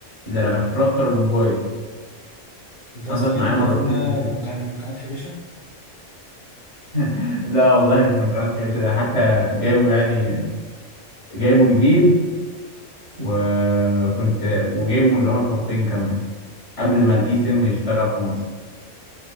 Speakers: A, on the left (about 30°); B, on the left (about 55°).
A: الا لما تراستر الموبايل
B: انت يا
A: حصلت
B: اسطى جايب
A: معايا
B: الايفون
A: مرتين
B: ده
A: قبل كده
B: من قناه من قناه حبيشه
A: <laughs> لا والله مش من قناة حبيشة ده حتى جايبه يعني جايبه جديد وكنت وجايبه من اللي هو الخطين كمان قبل ما الاي سيم يشتغل في مصر